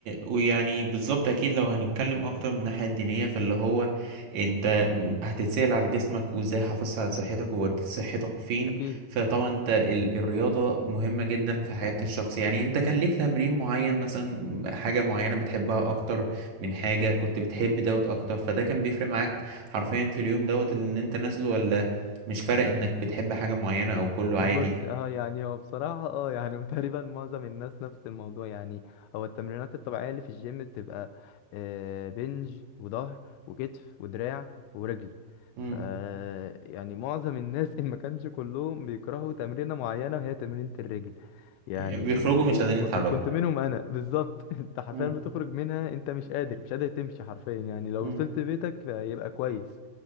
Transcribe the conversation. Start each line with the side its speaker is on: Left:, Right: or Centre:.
Right: ويعني بالظبط اكيد لو هنتكلم اكتر من الناحيه الدينيه فاللي هو انت م- هتتسال على جسمك وازاي حافظت على صحتك ووديت صحتك فين
Left: اكيد
Right: فطبعا انت ال- الرياضه مهمه جدا في حياه الشخص يعني انت كان ليك تمرين معين مثلا حاجه معينه بتحبها اكتر من حاجه كنت بتحب دوت اكتر فده كان بيفرق معاك حرفيا في اليوم دوت اللي انت نازله ولا مش فارق انك بتحب حاجه معينه او كله عادي
Left: آه بص اه يعني هو بصراحة اه يعني <laughs> تقريبا معظم الناس نفس الموضوع يعني هو التمرينات الطبيعية اللي في الجيم بتبقى آه بنج وظهر وكتف ودراع ورجل
Right: مم.
Left: ف يعني معظم الناس <laughs> ان ما كانش كلهم بيكرهوا تمرينة معينة وهي تمرينة الرجل يعني
Right: بيخرجوا
Left: وك-
Right: مش قادرين يتحركوا
Left: وكنت منهم انا بالظبط <laughs> انت حرفيا
Right: مم.
Left: بتخرج منها انت مش قادر مش قادر تمشي حرفيا يعني لو
Right: مم.
Left: وصلت بيتك يبقى كويس